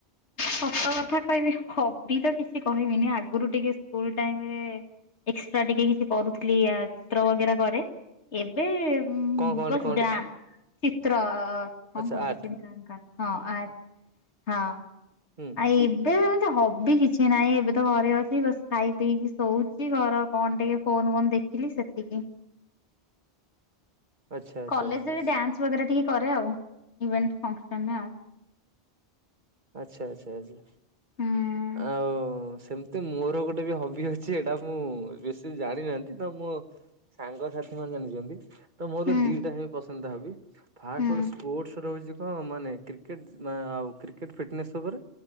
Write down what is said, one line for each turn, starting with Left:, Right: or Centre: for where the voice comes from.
Left: ସତ କଥା କହିବି ହବି ତ କିଛି କହିବିନି ଆଗୁରୁ ଟିକେ ସ୍କୁଲ ଟାଇମ୍ ରେ ଏକ୍ସଟ୍ରା ଟିକେ କିଛି କରୁଥିଲି ଆ ଚିତ୍ର ବଗେରା କରେ। ଏବେ
Right: କଣ କଣଟେ
Left: ବସ୍
Right: କଣଟେ
Left: ଡା ଚିତ୍ର। କଣ
Right: ଆଚ୍ଛା
Left: <unintelligible>
Right: ଆର୍ଟ
Left: ହଁ ଆ ହଁ।
Right: ହୁଁ।
Left: ଆଉ ଏବେ ଏମନ୍ତି ହବି କିଛି ନାହିଁ ଏବେ ତ ଘରେ ଅଛି ବାସ୍ ଖାଇ ପିଇକି ଶୋଉଛି ଘର କଣ ଟିକେ ଫୋନ୍ ଫୋନ୍ ଦେଖିଲି ସେତିକି।
Right: ଆଚ୍ଛା ଆଚ୍ଛା
Left: କଲେଜେ
Right: ଆଚ୍ଛା
Left: ରେ ଡ୍ୟାନ୍ସ ବଗେରା ଟିକେ କରେ ଆଉ ଇଭେଣ୍ଟ୍ ଫଙ୍କ୍ ସନ୍ ରେ ଆଉ।
Right: ଆଚ୍ଛା, ଆଚ୍ଛା, ଆଛା
Left: ହୁଁ।
Right: ଆଉ ସେମନ୍ତି ମୋର ଗୋଟେ ବି ହବି ଅଛି ଏଇଟା ମୁଁ ବେଶୀ ଜାଣିନାହାନ୍ତି ତ ମୁଁ ସାଙ୍ଗ ସାାଥି ମାନେ ଜାଣିଛନ୍ତି ତ ମୋର
Left: ହୁଁ
Right: ଦିଟା ହିଁ ପସନ୍ଦ ହବି। ଫାଷ୍ଟ୍
Left: ହୁଁ
Right: ଆଣ୍ଡ୍ ସ୍ପୋର୍ଟସ୍ ରହିଛି କଣ ମାନେ କ୍ରିକେଟ୍ ଆଉ କ୍ରିକେଟ୍ ଫିଟ୍ନେସ୍ ଉପରେ।